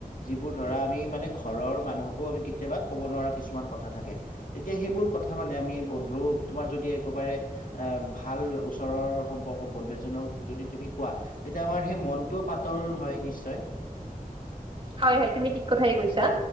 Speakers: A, on the left; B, on the right.
A: যিবোৰ ধৰা আমি মানে ঘৰৰ মানুহকো আমি কেতিয়াবা ক'ব নোৱাৰা কিছুমান কথা থাকে তেতিয়া সেইবোৰ কথা কথা মানে আমি বন্ধু তোমাৰ যদি একেবাৰে ভাল ওচৰৰ সম্পৰ্ক বন্ধু এজক যদি তুমি কোৱা তেতিয়া আমাৰ সেই মনটোও পাতল হয় নিশ্চয়
B: হয় হয় তুমি ঠিক কথাই কৈছা